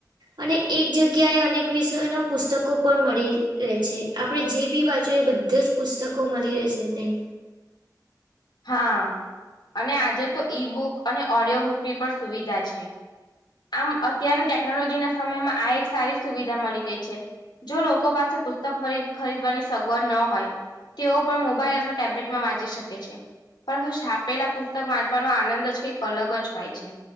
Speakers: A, on the right; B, on the left.
A: અને એક જગ્યાએ અનેક વિષયોના પુસ્તકો પણ મળી રહે છે. આપડણે જે બી વાંચી એ બધા જ પુસ્તકો મળી રહે છે ત્યાં
B: હા અને આજે તો ઈ બુક અને ઓડિયો બુક ની પણ સુવિધા છે. આમ અત્યારની ટેકનોલોજી ના સમયમાં આ એક સારી સુવિધા મળી ગઈ છે. જો લોકો પાસે પુસ્તક ખરીદવાની સગવડ ન હોય. તેઓ પણ મોબાઈઇલ અથવા ટેબ્લેટમાં વાંચી શકે છે. પરંતુ છાપેલા પુસ્તક વાંચવાનો આનંદ જ કઈક અલગ જ હોય છે.